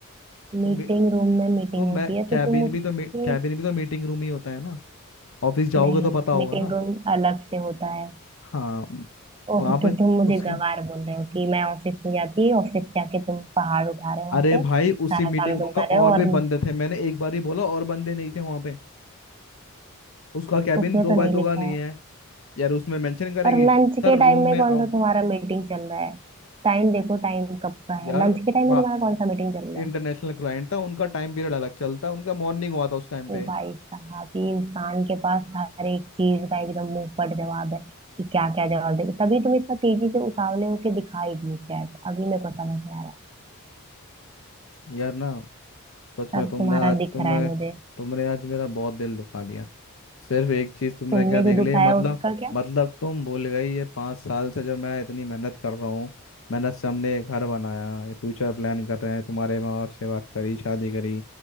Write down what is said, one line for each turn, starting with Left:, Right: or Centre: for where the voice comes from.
Right: मीटिंग
Left: तो मी-
Right: रूम में मीटिंग
Left: तो मैं
Right: होती है
Left: कैबिन
Right: तो तुम उसके
Left: भी तो कैबिन भी तो मीटिंग रूम ही होता है ना ऑफिस जाओगे
Right: नहीं
Left: तो पता होगा
Right: मीटिंग
Left: ना
Right: रूम अलग से होता है
Left: हाँ
Right: ओह
Left: वहां
Right: तो
Left: पे
Right: तुम मुझे
Left: उसके
Right: गवार बोल रहे हो कि मैं ऑफिस में जाती ऑफिस जाके तुम पहाड़ उठा रहे हो वहां
Left: अरे
Right: पे
Left: भाई
Right: सारा
Left: उसी मीटिंग
Right: काम तुम
Left: रूम में
Right: कर
Left: और
Right: रहे हो
Left: भी
Right: और
Left: बंदे थे मैंने एक बार ही बोला और बंदे नहीं थे वहां पे उसका कैबिन
Right: उसमें
Left: दो
Right: तो
Left: बाय
Right: नहीं
Left: दो
Right: लिखा
Left: का नहीं
Right: है
Left: है यार उसमें मेंशन करेगी
Right: और लंच
Left: सर
Right: के
Left: रूम
Right: टाइम में
Left: में
Right: कौन
Left: आओ
Right: सा तुम्हारा मीटिंग चल रहा है टाइम देखो टाइम कब का
Left: यार
Right: है लंच के टाइम में
Left: बा
Right: तुम्हारा कौन सा मीटिंग चल रहा
Left: इंटरनेशनल
Right: है
Left: क्लाइंट था उनका टाइम पीरियड अलग चलता है, उनका मॉर्निंग हुआ था उस टाइम
Right: ओ
Left: पे
Right: भाई साहब ये इंसान के पास हर एक चीज का एकदम मुंह पर जवाब है कि क्या क्या जवाब दे तभी तुम इतना तेजी से उतावले होके दिखाई दी चैट अभी मेरे को समझ में आ रहा है
Left: यार ना सच
Right: सब
Left: में तुमने
Right: तुम्हारा
Left: आज
Right: दिख
Left: तुमने
Right: रहा है मुझे
Left: तुमने आज मेरा बहुत दिल दुखा दिया सिर्फ एक चीज तुमने
Right: तुमने
Left: क्या देख
Right: जो दुखाया
Left: ली मतलब
Right: उसका क्या
Left: मतलब तुम भूल गई ये पाँच साल से जो मैं इतनी मेहनत कर रहा हूँ मेहनत से हमने ये घर बनाया ये फ्यूचर प्लान कर रहे हैं तुम्हारे माँ बाप से बात करी शादी करी